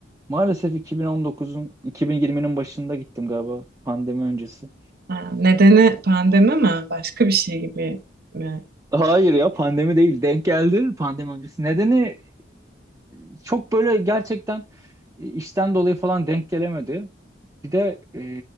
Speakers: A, on the right; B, on the right.
A: Maalesef 2019'un 2020'nin başında gittim galiba pandemi öncesi.
B: Ha, nedeni pandemi mi? Başka bir şey gibi mi?
A: Hayır ya pandemi değil denk geldi pandemi öncesi. Nedeni e, çok böyle gerçekten e, işten dolayı falan denk gelemedi. Bir de e,